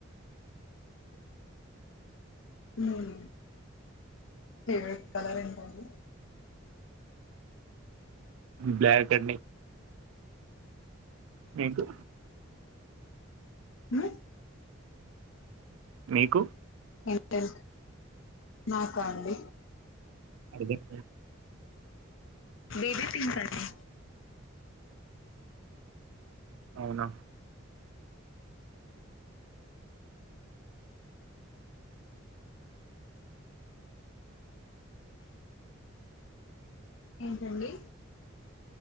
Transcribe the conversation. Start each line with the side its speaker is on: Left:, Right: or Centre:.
Left: హ్మ్ ఫేవరెట్ కలర్ ఏంటండీ
Right: బ్లాక్ అండి మీకు
Left: ఉమ్
Right: మీకు
Left: ఎంత ఎంత్ మాకా అండి
Right: అడగచ
Left: బేబీ పింక్ అండి
Right: అవునా
Left: ఏంటండి